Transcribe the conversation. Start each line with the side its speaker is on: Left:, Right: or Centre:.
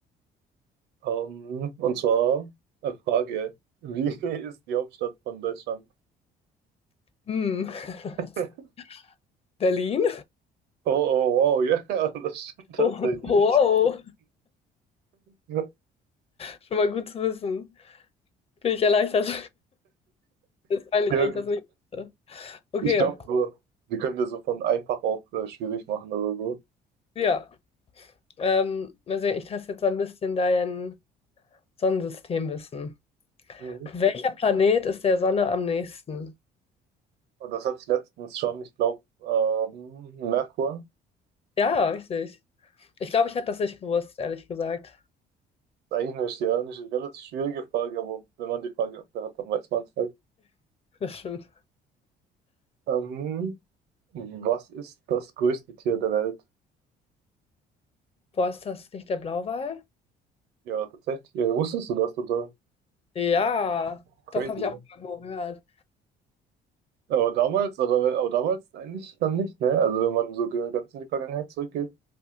Right: Ähm, und zwar eine Frage. Wie <laughs> ist die Hauptstadt von Deutschland?
Left: Hm. <laughs>
Right: <laughs>
Left: Berlin?
Right: Oh, oh, wow, ja, <laughs> das stimmt tatsächlich.
Left: Oh, wow.
Right: Ja,
Left: Schon mal gut zu wissen. Bin ich erleichtert. Ist peinlich,
Right: ja,
Left: wenn
Right: gut.
Left: ich das nicht wusste. Okay.
Right: Ich glaube, wir können ja so von einfach auf äh, schwierig machen oder so.
Left: Ja. Ähm, mal sehen, ich teste jetzt so ein bisschen dein Sonnensystemwissen.
Right: Mhm.
Left: Welcher Planet ist der Sonne am nächsten?
Right: Und das hatte ich letztens schon, ich glaube, ähm, Merkur.
Left: Ja, richtig. Ich glaube, ich hätte das nicht gewusst, ehrlich gesagt.
Right: eigentlich eine, sch- ja, eine sch- relativ schwierige Frage, aber wenn man die Frage öfter hat, dann weiß man es halt.
Left: <laughs> Das stimmt.
Right: Ähm, was ist das größte Tier der Welt?
Left: Boah, ist das nicht der Blauwal?
Right: Ja, tatsächlich. Ja, wusstest du das, oder?
Left: Ja,
Right: Crazy.
Left: doch, habe ich auch mal irgendwo gehört.
Right: Aber damals, oder, aber damals eigentlich dann nicht, ne? Also wenn man so ge- ganz in die Vergangenheit zurückgeht.